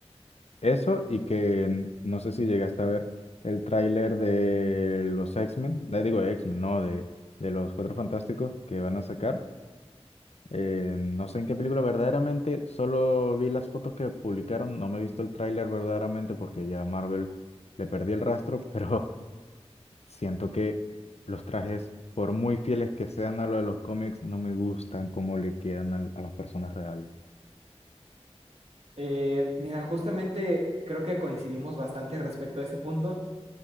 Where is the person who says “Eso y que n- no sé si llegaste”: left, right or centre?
Left